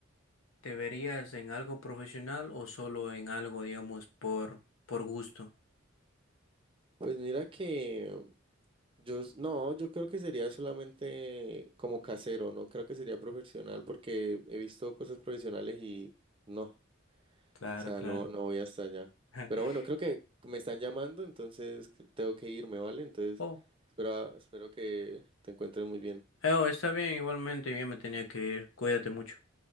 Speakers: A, on the left; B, on the right.
A: te verías en algo profesional o solo en algo, digamos, por, por gusto.
B: Pues mira que yo, s- no, yo creo que sería solamente como casero, no creo que sería profesional porque he visto cosas profesionales y no, o
A: Claro,
B: sea,
A: claro.
B: no, no voy hasta allá.
A: <laughs>
B: Pero bueno, creo que me están llamando, entonces tengo que irme, ¿vale? Entonces,
A: Oh,
B: espero, espero que te encuentres muy bien.
A: eh, oh, está bien, igualmente, ya me tenía que ir. Cuídate mucho.